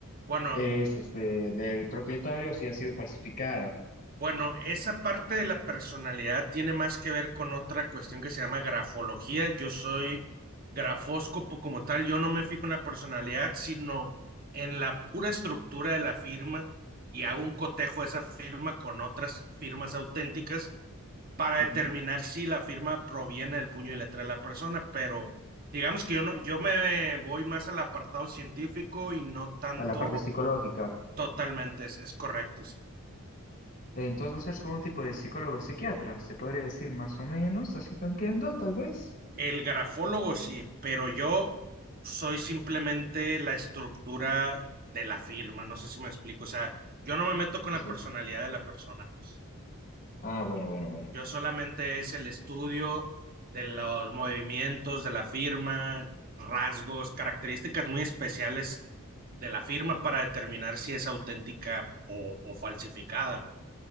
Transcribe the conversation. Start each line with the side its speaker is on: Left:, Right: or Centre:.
Right: Bueno,
Left: es este, del propietario, si ha sido falsificada.
Right: Bueno, esa parte de la personalidad tiene más que ver con otra cuestión que se llama grafología. Yo soy grafóscopo como tal, yo no me fijo en la personalidad, sino en la pura estructura de la firma y hago un cotejo de esa firma con otras firmas auténticas para
Left: Ujú.
Right: determinar si la firma proviene del puño y letra de la persona, pero digamos que yo no, yo me voy más al apartado científico y no tanto
Left: A la parte psicológica.
Right: totalmente, es, es correcto, sí.
Left: Entonces, vos eres como un tipo de psicólogo psiquiatra, se podría decir más o menos, así tanqueando, tal vez.
Right: El grafólogo sí, pero yo soy simplemente la estructura de la firma, no sé si me explico, o sea, yo no me meto con
Left: Sí,
Right: la
Left: sí.
Right: personalidad de la persona, pues.
Left: Ah, bueno, bueno, bueno.
Right: Yo solamente es el estudio de los movimientos de la firma, rasgos, características muy especiales de la firma para determinar si es auténtica o, o falsificada, ¿no?